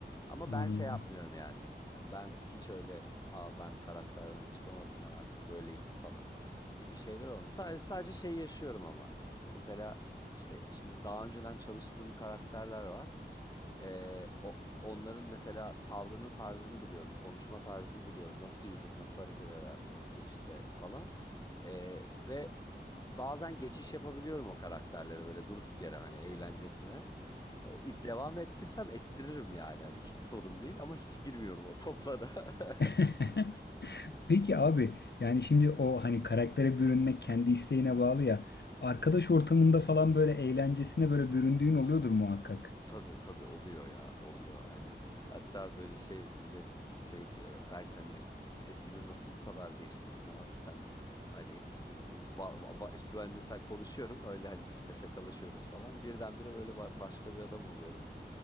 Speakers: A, on the left; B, on the left.
A: Ama ben
B: Anladım.
A: şey yapmıyorum yani. Ben hiç öyle aa ben karakterden çıkamadım ben artık böyleyim falan gibi şeyler olmuyor. Sadece sadece şey yaşıyorum ama. Mesela işte şimdi daha önceden çalıştığım karakterler var. Ee, o, onların mesela tavrını, tarzını biliyorum, konuşma tarzını biliyorum. Nasıl yürür, nasıl hareket eder, nasıl işte falan. Ee, ve bazen geçiş yapabiliyorum o karakterlere böyle durduk yere hani eğlencesine. Ee, devam ettirsem ettiririm yani hani hiç sorun değil ama hiç girmiyorum o toplara. <laughs>
B: <laughs> Peki abi yani şimdi o hani karaktere bürünmek kendi isteğine bağlı ya. Arkadaş ortamında falan böyle eğlencesine böyle büründüğün oluyordur muhakkak.
A: Tabii tabii oluyor ya oluyor hani hatta böyle şey millet şey diyor ya Berk hani sesini nasıl bu kadar değiştirdin abi sen hani işte hani ba- ba- işte ben mesela konuşuyorum öyle hani işte şakalaşıyoruz falan birdenbire böyle ba- başka bir adam oluyorum.